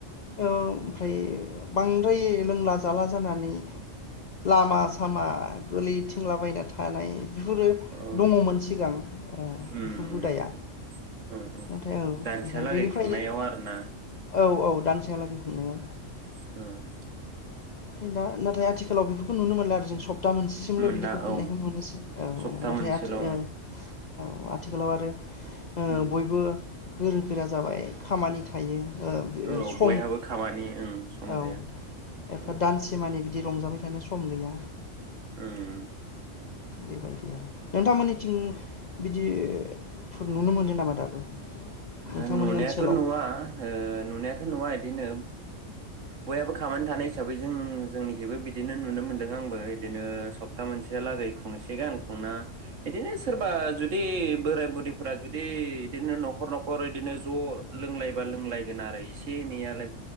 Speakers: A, on the left; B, on the right.
A: औ ओमफ्राय बांद्राय लोंला जाला जानानै लामा सामा गोलैथिंलाबायना थानाय बेफोरो
B: औ
A: दङमोन सिगां
B: उम
A: बेफोर हुदाया
B: ओ ओ
A: नाथाय औ
B: दानसेहालागै
A: ओमफ्राय बेनिफ्रायनो
B: खुंनायाव आरोना
A: औ औ दानसे हालागै खुंनायाव
B: <unintelligible>
A: <unintelligible> नाथाय आथिखालाव बेफोरखौ नुनो मोनला आरो जों सप्ता मोनसेसिमल'
B: मोनना
A: बिदिखौ खुंनायखौ
B: औ
A: मोनोसै औ
B: सप्ता
A: नाथाय
B: मोनसेल'
A: आथि
B: उम
A: ओ ओ आथिखालाव आरो ओ
B: उम
A: बयबो गोरों गोरा जाबाय खामानि थायो <unintelligible>
B: औ बयहाबो खामानि ओं सम
A: औ
B: गैया
A: एफा
B: ओं
A: दानसे मानि बिदि रंजाबाय थानाय सम गैया
B: उम
A: बेबायदि आरो नोंथांमोननिथिं बिदिफोर नुनो मोनदों नामा दाबो नोंथांमोननि
B: नुनायाथ'
A: ओनसोलाव
B: नुवा ओ नुनायाथ' नुवा बिदिनो बयहाबो खामानानै थानाय हिसाबै जों जोंनिखबो बिदिनो नुनो मोनदों आंबो बिदिनो सप्ता मोनसेहालागै खुंसे गान खुंना बिदिनो सोरबा जुदि बोराय बुरिफोरा जुदि बिदिनो नखर न'खर न'खर इदिनो ज' लोंलायबा लोंलायगोन आरो इसे एनैयालाय